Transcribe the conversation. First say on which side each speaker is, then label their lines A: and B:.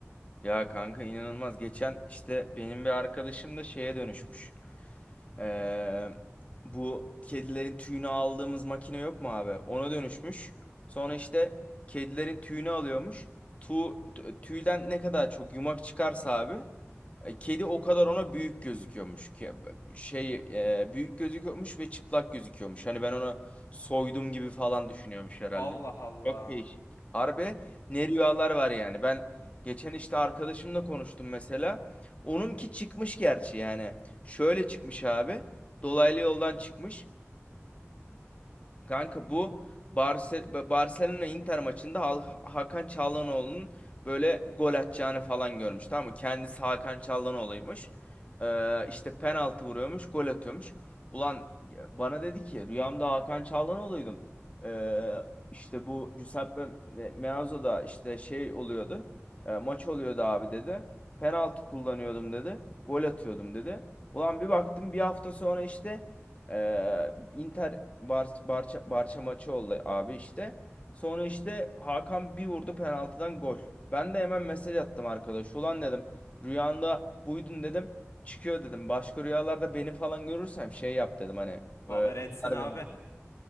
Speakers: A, on the left (about 30°); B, on the left (about 85°).
A: Ya kanka inanılmaz. Geçen işte benim bir arkadaşım da şeye dönüşmüş. Ee, bu kedilerin tüyünü aldığımız makine yok mu abi? Ona dönüşmüş. Sonra işte kedilerin tüyünü alıyormuş. Tu, tü- tüyden ne kadar çok yumak çıkarsa abi e, kedi o kadar ona büyük gözüküyormuş. Ke- Şey e, büyük gözüküyormuş ve çıplak gözüküyormuş. Hani ben ona soydum gibi falan düşünüyormuş herhalde.
B: Allah Allah.
A: Çok değişik. Harbi ne rüyalar var yani. Ben geçen işte arkadaşımla konuştum mesela. Onunki çıkmış gerçi yani. Şöyle çıkmış abi. Dolaylı yoldan çıkmış. Kanka bu Barse- Barcelona Inter maçında Hal- Hakan Çalhanoğlu'nun böyle gol atacağını falan görmüş. Tamam mı? Kendisi Hakan Çalhanoğlu'ymuş. Ee, işte penaltı vuruyormuş, gol atıyormuş. Ulan bana dedi ki rüyamda Hakan Çalhanoğlu'ydum. Ee, işte bu Giuseppe Me- Meazzo'da işte şey oluyordu. Ee, maç oluyordu abi dedi. Penaltı kullanıyordum dedi. Gol atıyordum dedi. Ulan bir baktım bir hafta sonra işte ee, Inter Bar Barça, Barça maçı oldu abi işte. Sonra işte Hakan bir vurdu penaltıdan gol. Ben de hemen mesaj attım arkadaş. Ulan dedim rüyanda buydun dedim. Çıkıyor dedim. Başka rüyalarda beni falan görürsem şey yap dedim hani.
B: Haber
A: e, uyar
B: etsin abi.
A: beni.